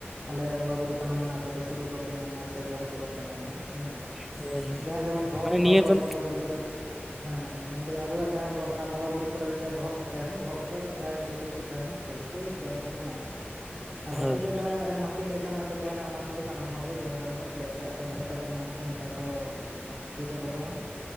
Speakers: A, on the right; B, in the centre.
A: ᱟᱞᱮ ᱟᱜ ᱵᱚᱸᱜᱟᱼ ᱵᱩᱨᱩ ᱠᱟᱱᱟ ᱢᱟᱱᱮ ᱟᱯᱮ ᱫᱚ ᱥᱩᱨᱩᱜ ᱵᱟᱯᱮ ᱧᱟᱢᱟ ᱥᱮ ᱡᱚᱢ ᱠᱚ ᱵᱟᱯᱮ ᱧᱟᱢᱟ ᱦᱮᱸ
B: ᱦᱳᱭ ᱦᱳᱭ
A: ᱡᱟᱦᱟᱸᱭ ᱡᱮᱢᱚᱱ ᱵᱚᱦᱚᱜ
B: ᱢᱟᱱᱮ
A: ᱠᱚ
B: ᱱᱤᱭᱟᱹ
A: ᱟᱵᱚᱣᱟᱜ
B: ᱫᱚ
A: ᱵᱚᱸᱜᱟᱼᱵᱩᱨᱩ ᱠᱚᱨᱮᱫ ᱦᱮᱸ ᱢᱮᱱᱫᱟᱹᱧ ᱟᱵᱚᱣᱟᱜ ᱡᱟᱦᱟᱸ ᱚᱱᱟ ᱵᱚᱸᱜᱟ ᱵᱩᱨᱩ ᱠᱚᱨᱮ ᱵᱚᱦᱚᱜ ᱠᱚ ᱛᱟᱦᱮᱱᱟ ᱵᱚᱦᱚᱜ ᱠᱚᱫᱚ ᱡᱟᱦᱟᱸᱭ ᱩᱯᱟᱹᱥ ᱠᱚ ᱛᱟᱦᱮᱱᱟ ᱩᱱᱠᱩ ᱜᱮ ᱡᱚᱢ ᱠᱚᱠᱚ ᱧᱟᱢᱟ ᱟᱨ ᱵᱟᱠᱤ
B: ᱦᱳᱭ
A: ᱫᱚ
B: ᱦᱳᱭ
A: ᱡᱟᱦᱟᱸ ᱮᱢ ᱦᱟ ᱦᱟᱴᱤᱝ ᱞᱮᱠᱟᱱᱟᱜ ᱫᱚ ᱛᱟᱦᱮᱱᱟ ᱚᱱᱟ ᱠᱚᱫᱚ ᱥᱟᱱᱟᱢ ᱦᱚᱲᱜᱮ ᱡᱚᱢ ᱜᱟᱱᱚᱜᱼᱟ ᱡᱮ ᱮᱴᱟᱜ ᱮᱴᱟᱜ ᱠᱟᱱᱟ ᱠᱚ ᱚᱱᱠᱟ ᱫᱚ ᱤᱭᱟᱹ ᱫᱚ ᱵᱟᱹᱱᱩᱜᱼᱟ